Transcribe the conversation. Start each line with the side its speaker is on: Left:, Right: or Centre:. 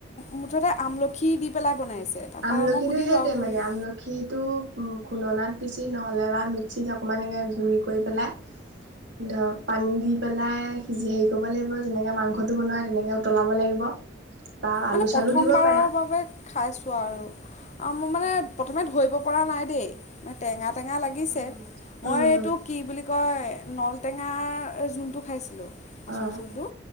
Left: মুঠতে আমলখি দি পেলাই বনাইছে। তাৰপৰা
Right: আমলখিটো
Left: মই সুধিলোঁ
Right: সেইটো
Left: আৰু খুৰীক
Right: মানে আমলখিটো উ খুনদনাত। পিচি নহ'লে বা মিক্সিত অকণমানকৈ গুড়ি কৰি পেলাই। ধৰক পানী দি। পেলাই সিজি হেৰি কৰিব লাগিব যেনেকে মাংসটো বনাই তেনেকে উতলাব লাগিব। বা আলু
Left: মানে
Right: চালু
Left: প্ৰথমবাৰৰ
Right: দিব পাৰা
Left: বাবে খাইছোঁ আৰু। অ মোৰ মানে প্ৰথমে ধৰিব পৰা নাই দেই মানে টেঙাত। টেঙা লাগিছে
Right: উম
Left: মই
Right: উম
Left: এইটো
Right: উম
Left: কি বুলি কয়। নলটেঙা জোলটো খাইছিলোঁ। মাছৰ
Right: অ
Left: জোলটো